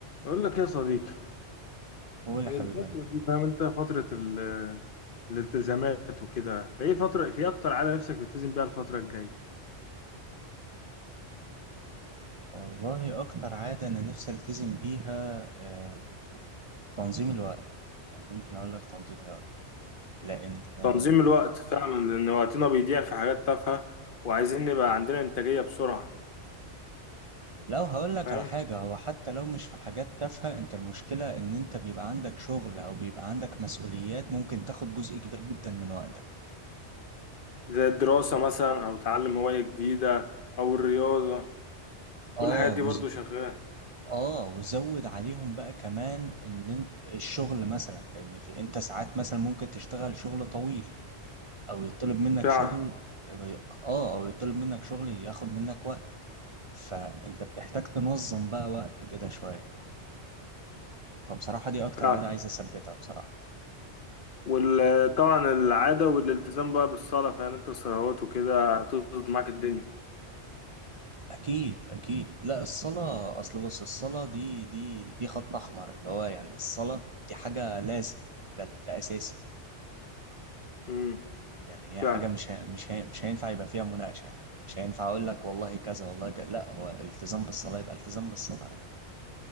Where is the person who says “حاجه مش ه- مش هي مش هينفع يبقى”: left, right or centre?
Right